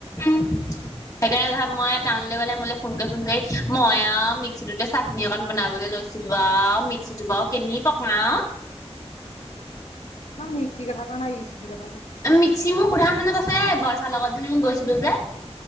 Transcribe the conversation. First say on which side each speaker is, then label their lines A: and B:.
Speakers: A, on the left; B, on the left.
A: উম সেইকাৰণে ধৰক মই টাউনলে গলে মোলে ফোন কৰি ফোন কৰি মই আও মিক্সিটোতে চাটনি অকন বনাবলে লৈছ ছিলো আও মিক্সিটো বাৰু কেনি পকাও
B: মই মিক্সিৰ কথা কোৱা নাই ইষ্টিৰ কথা কৈছো
A: মিক্সি মোৰ সোধা মানত আছে বৰচাৰ লগত যেনে মই গৈছিলো যে